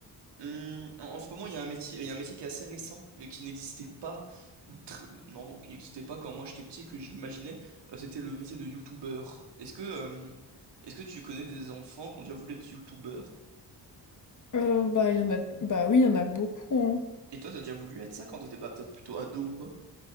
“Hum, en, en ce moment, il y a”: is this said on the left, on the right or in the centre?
Right